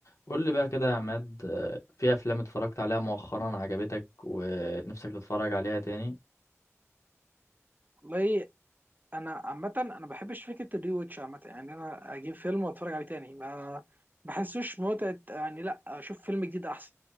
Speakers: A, on the left; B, on the right.
A: قول لي بقى كده يا عماد آه، في افلام اتفرجت عليها مؤخرا عجبتك ونفسك تتفرج عليها تاني
B: والله انا عامه انا ما بحبش فكره الري واتش عامه يعني انا اجيب فيلم واتفرج عليه تاني ما بحسوش متعه يعني لا اشوف فيلم جديد احسن